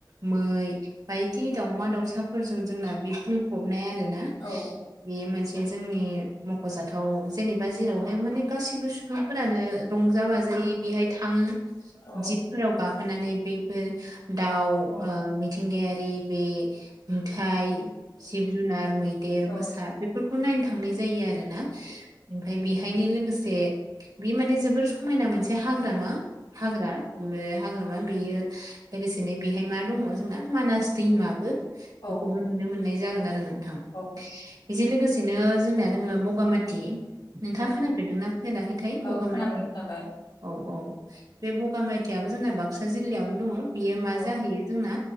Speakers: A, on the right (about 55°); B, on the left (about 75°).
A: मै बायदि दाावमा दाउसाफोरजों जोंना बे बुंफबनाया आरोना
B: औ
A: बेयो मोनसे जोंनि मख'जाथाव जेनेबा जेरावहाय माने गासोयबो सुबुंफोरानो रंजाबाजा। ज बेहाय थाङो
B: औ
A: जिबफोराव गाखोनानै बैफोर। दाउ
B: औ
A: मिथिंगायारि बे नुथाय। जिब जुनार मैदेर
B: औ
A: मोसा बेफोरखौ नायनो थांनाय जायो आरोोना ओमफ्राय बेहा हथायनि लोगोसे बे माने जोबोर समायना मोनसे हाग्रा मा हाग्रा। बे हाग्रामा बेयो लोगोसेनो बेहाय मा दङ जोंना मानास दैमाबो। बेखौबो
B: औ
A: नुनो मोननाय जागोन आरो नोंथां
B: औ
A: बेजों लोगोसेनो जोंनिया। दोङो बगामाथि नोंथाङा
B: औ
A: खोनाफेरदोंना फैराखैथाय
B: औ
A: बगामाथि।
B: खोनाबाय खोनाबाय।
A: औ औ बे बगामेथायाइयाबो जोंना बाक्सा जिल्लायावनो दङ बेयो मा
B: औ
A: जाहैयो जोंना।